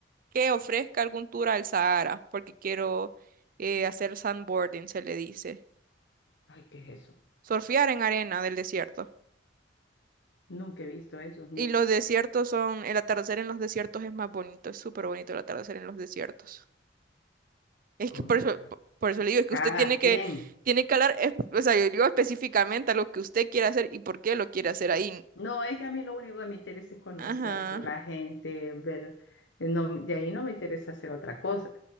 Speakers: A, on the right; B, on the left.
A: que ofrezca algún tour al Sahara, porque quiero eh, hacer sandboarding, se le dice.
B: Ay, ¿qué es eso?
A: Surfear en arena del desierto.
B: Nunca he visto eso, ni
A: Y los desiertos son, el atardecer en los desiertos es más bonito, es súper bonito el atardecer en los desiertos. Es
B: cómo
A: que por
B: es,
A: eso,
B: pero
A: por por eso le digo, es que
B: cada
A: usted tiene
B: quien.
A: que... Tiene que hablar, es- o sea, yo digo específicamente a lo que usted quiere hacer y por qué lo quiere hacer ahí.
B: No, es que a mí lo único que me interesa es conocer
A: Ajá.
B: la gente, ver, eh, no, de ahí no me interesa hacer otra cosa,